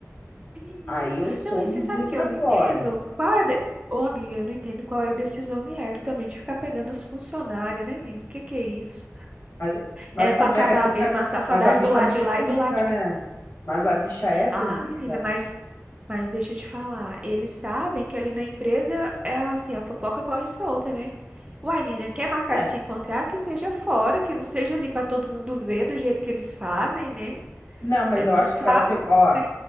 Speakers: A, on the right (about 20°); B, on the left (about 55°).
A: Menino.
B: Aí eu soube
A: Não, e você sabe
B: disso
A: que eu
B: agora.
A: não entendo? Qual é. De... Ô, amiga, eu não entendo qual é a decisão mulher também de ficar pegando as funcionárias, né, menino? O que que é isso?
B: Mas, mas
A: É
B: também
A: pra acabar
B: é porque
A: mesmo
B: a,
A: a safadagem
B: mas a bicha
A: do lado
B: é muito
A: de lá
B: bonita,
A: e do lado de
B: né?
A: cá.
B: Mas a bicha é bonita.
A: Ah, menina, mas, mas deixa eu te falar. Eles sabem que ali na empresa é assim, a fofoca corre solta, né? Uai, menina, quer marcar
B: É.
A: de se encontrar? Que seja fora, que não seja ali pra todo mundo ver do jeito que eles fazem, né?
B: Não, mas
A: É
B: eu
A: De
B: acho
A: saco,
B: que ela pegou.
A: né?